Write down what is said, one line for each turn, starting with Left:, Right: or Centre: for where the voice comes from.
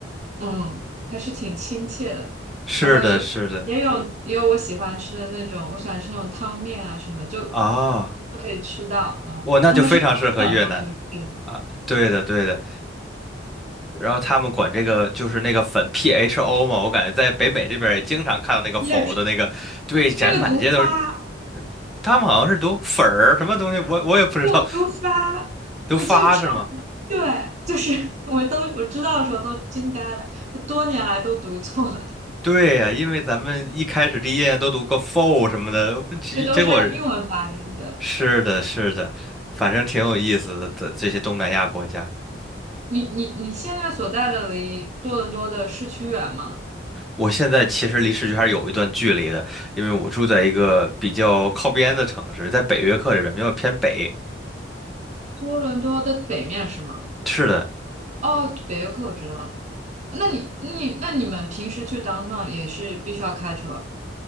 Right: 嗯，还是挺亲切的。
Centre: 是的，
Right: 然后也也有也有我喜欢吃的那种，
Centre: 是的，
Right: 我喜欢吃那种汤面啊什么，就
Centre: 啊，
Right: 都可以吃到。嗯，
Centre: 我那就非常适合越南。
Right: 本难有点
Centre: 对的，对的。然后他们管这个就是那个粉 PHO 嘛，我感觉在北美这边儿也经常看到那个否的那个，
Right: 那种
Centre: 对，展觉满街都是。
Right: 那个毒发，
Centre: 他们好像是读粉儿什么东西，我我也不知道，
Right: 不毒发，
Centre: 都发是吗？
Right: 你去尝，对，就是 <laughs> 我都我知道的时候都惊呆了，就多年来都读错了，
Centre: 对呀，因为咱们一开始第一眼都读个 for 什么的，结结果
Right: 这都是按英文发音。的。
Centre: 是的，是的，反正挺有意思的。这这些东南亚国家，
Right: 你你你现在所在的离多伦多的市区远吗？
Centre: 我现在其实离市区还是有一段距离的，因为我住在一个比较靠边的城市，在北约克这边，比较偏北。
Right: 多伦多的北面是吗？
Centre: 是的，
Right: 哦，北约克我知道。了。那你你那你们平时去 downtown 也是必须要开车